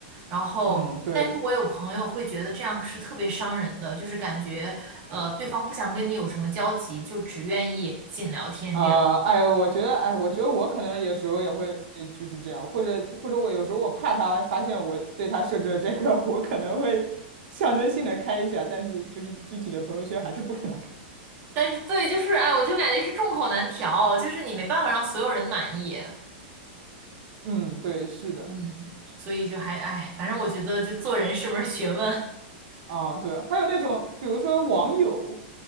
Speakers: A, on the right; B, on the right.
A: 然后，
B: 嗯，对。
A: 但是我有朋友会觉得这样是特别伤人的，就是感觉呃对方不想跟你有什么交集，就只愿意仅聊天这样。
B: 啊、哎，我觉得，哎，我觉得我可能有时候也会就是这样，或者或者我有时候我怕他发现我对他设置了这个，<laughs> 我可能会象征性的开一下，但是就是具体的朋友圈还是不给他
A: 但是对，就是哎，我就感觉是众口难调，就是你没办法让所有人满意，
B: 嗯，对，是的，
A: 嗯，所以就还哎，反正我觉得就做人是门儿学问，
B: 啊，对，还有那种，比如说网友，